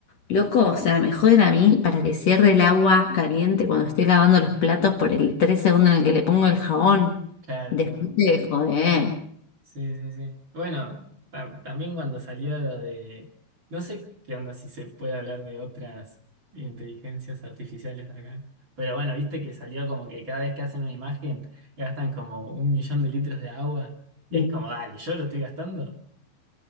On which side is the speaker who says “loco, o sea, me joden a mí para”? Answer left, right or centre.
Left